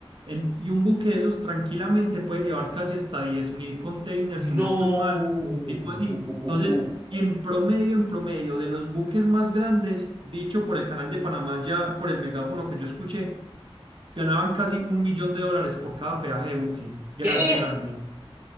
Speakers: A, on the right; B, on the right.
A: En- y un buque de esos tranquilamente puede llevar casi hasta 10.000 containers, si no
B: No.
A: estoy mal, o tipo así.
B: <laughs>
A: Entonces, en promedio, en promedio, de los buques más grandes, dicho por el Canal de Panamá, ya por el megáfono que yo escuché, ganaban casi un millón de dólares por cada peaje de buque. Grande,
B: ¿Qué?
A: grande.